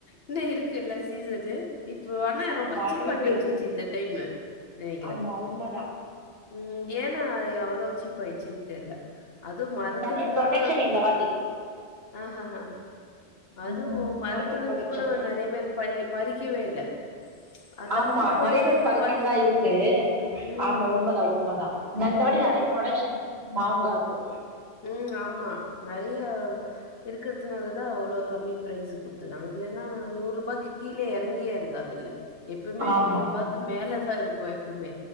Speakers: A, on the left (about 60°); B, on the right (about 70°).
A: இன்னு இருக்குல்ல சீசனு இப்போ ஆனா
B: ஆமா
A: ரொம்ப சீப்பா
B: இருக்கு
A: கெடைச்சிச்சு
B: இருக்கு
A: இந்த டைமு நெனைக்கிறே
B: ஆமா உண்மதா
A: ம் ஏனா அது எவ்ளோ சீப்பாயிச்சுனு தெரில அது மரத்துல
B: நெறைய
A: இந்து
B: ப்ரொடெக்ஷன்
A: கூட
B: இந்த வாட்டி
A: அஹஹ அதுவு
B: ம்
A: மரத்துல
B: நெறைய ப்ரொடெக்ஷன்
A: இருந்து கூட நறைய பேர் பறி பறிக்கவே இல்ல அந்த
B: ஆமா
A: பக்கம் போயிட்டு
B: நறையா பேர்
A: இருந்தா
B: பறைக்காம
A: வழி
B: தா இருக்கு
A: ம்.
B: ஆமா உண்மதா உண்மதா இந்த வாட்டி
A: ம்.
B: நறையா ப்ரொடக்க்ஷன் மாங்காக்கு
A: ம் ஆமா நறையா இருக்குறதுனால தா அவ்ளோ கம்மி பிரைஸ் கொடுத்துறாங்க இல்லனா நூறு ரூபாக்கு கீழ எறங்கியே எறங்காதுல எப்போமே
B: ஆமா
A: நூறு ரூபாக் க்கு மேல தா இருக்கு எப்பமே